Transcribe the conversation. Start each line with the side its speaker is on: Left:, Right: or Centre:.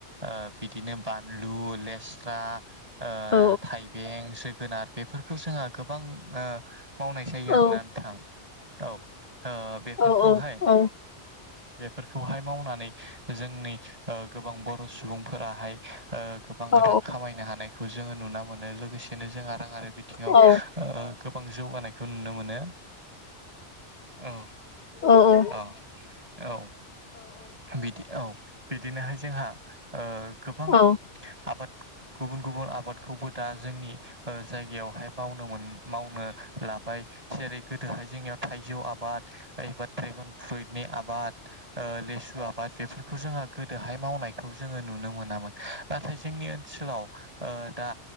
Right: ओ बि दिनो बानलु लेस्रा ओ
Left: औ
Right: थायबें जोगोनार बेफोरखौ जोंहा गोबां ओ मावनाय जायो आरोना
Left: औ
Right: नोंथां औ ओ बेफोरखौहाय
Left: औ औ औ औ
Right: बेफोरखौहाय मावनानै जोंनि ओ गोबां बर' सुबुंफोराहाय ओ गोबां
Left: औ
Right: रां खामायनो हानायखौ जोङो नुना मोनो लोगोसेनो जोंहा रांआरि बिथिङाव
Left: औ
Right: ओ गोबां जौगानायखौ नुनो मोनो। औ
Left: अह अह
Right: औ औ बिदि औ बिदिनोहाय जोंहा ओ गोबां
Left: औ
Right: आबाद गुबुन गुबुन आबादखौबोद दा जोंनि ओ जायगायावहायनो मावनो मोन मावनो लाब बाय सेरै गोदोहाय जोंनियाव थाइजौ आबाद एबा ड्रेगन फ्रुइटनि आबाद ओ लेसु आबाद बेफोरखौ जोंहा गोदोहाय मावनायखौ जोङो नुनो मोनामोन नाथाय जोंनि ओनसोलाव ओ दा